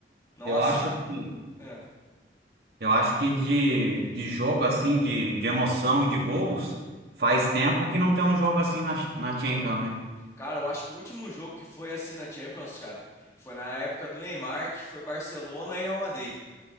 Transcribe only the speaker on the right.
eu acho
que...
Eu acho que de, de jogo assim, de, de emoção e de gols, faz tempo que não tem um jogo assim na, Ch- na Champions, hein?